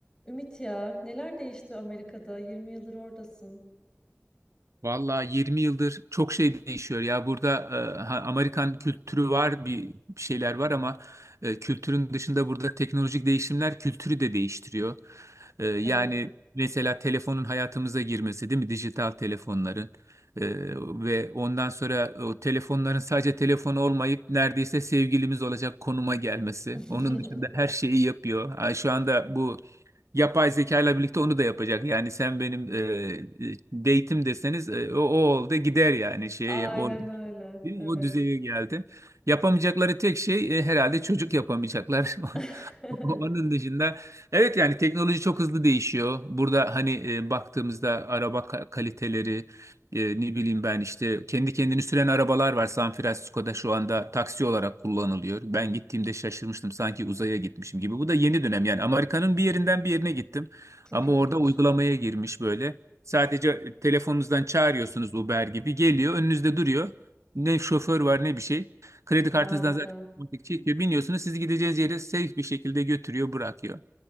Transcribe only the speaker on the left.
Ümit ya neler değişti Amerika'da? 20 yıldır oradasın.
Evet.
<laughs>
Aynen
öyle.
Evet.
<laughs>
Çok
ilginç.
Harika.